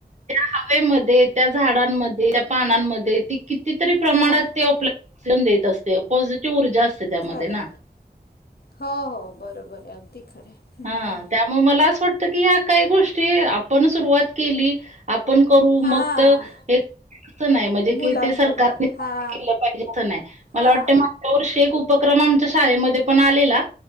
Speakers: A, on the right (about 45°); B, on the left (about 70°).
A: त्या हवेमध्ये त्या झाडांमध्ये त्या पानांमध्ये ती कितीतरी प्रमाणात...
B: हां
A: ते आपलं ऑक्सिजन मिळत असते पॉझिटीव ऊर्जा असते. त्यामध्ये
B: खरं,
A: ना.
B: हो हो बरोबर आहे अगदी खरं आहे. हम्म.
A: हा त्यामुळे मला असं वाटतं की ह्या काही गोष्टी आपण सुरुवात केली. आपण करू
B: आपण
A: मग तर हे <unintelligible> नाही म्हणजे
B: मुलांकडनं
A: की ते सरकारने.
B: हा
A: केलं पाहिजे कणई मला
B: हा
A: वाटत मागच्या वर्षी एक उपक्रम आमच्या शाळेमध्ये पण आलेला.